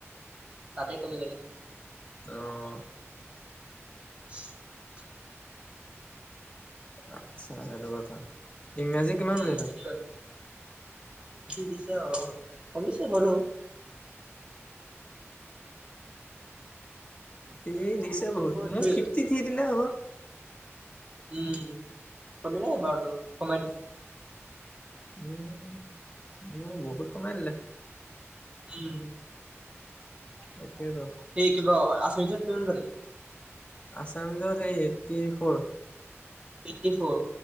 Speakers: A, on the right (about 25°); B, on the left (about 25°).
A: তাতে কমিলে গে।
B: অহ
A: <inaudible>
B: আচ্ছা, এইটো কথা। ইংৰাজী কিমান
A: উ
B: পালি
A: সেইটো
B: তই?
A: কথা আৰু। অ কমিছে হলেও।
B: এ
A: মোৰ
B: দিছে বহুত মই
A: ধৰি
B: ফিফটি থ্ৰী দিলে আ'।
A: উম কমিলে বাৰু তোৰ কমাই দিছে।
B: উম' মোৰ বহুত কমাই দিলে।
A: উম।
B: তাকেতো।
A: সেই কিবা আছামিচত কিমান পালি?
B: আছামিজৰ সেই eighty four.
A: Eighty four